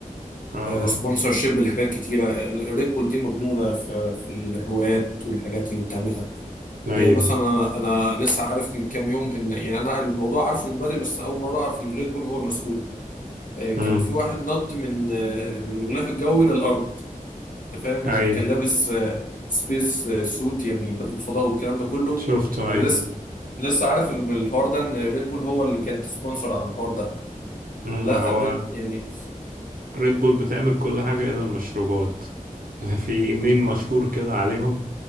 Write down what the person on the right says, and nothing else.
اه اه
ايوه
امم
اي
شفته
اي
مم،
هو
ريد بول بتعمل كل حاجة إلا المشروبات <laughs> في ميم مشهور كده عليهم